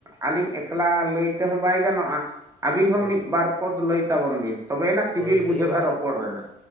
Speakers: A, on the right (about 15°); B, in the centre.
A: ᱟᱹᱞᱤᱧ ᱮᱠᱞᱟ ᱞᱟᱹᱭ ᱛᱮᱦᱚᱸ ᱵᱟᱭ ᱜᱟᱱᱚᱜᱼᱟ᱾ ᱟᱹᱵᱤᱱ ᱦᱚᱸ
B: ᱦᱳᱭ
A: ᱢᱤᱫ ᱵᱟᱨ ᱯᱚᱫ ᱞᱟᱹᱭ ᱛᱟᱵᱚᱱ ᱵᱤᱱ ᱛᱚᱵᱮᱭᱱᱟ ᱥᱤᱵᱤᱞ
B: ᱦᱳᱭ
A: ᱵᱩᱡᱷᱟᱹᱜᱼᱟ
B: ᱞᱟᱹᱭ ᱢᱟ
A: ᱨᱚᱯᱚᱲ ᱨᱮᱱᱟᱜ᱾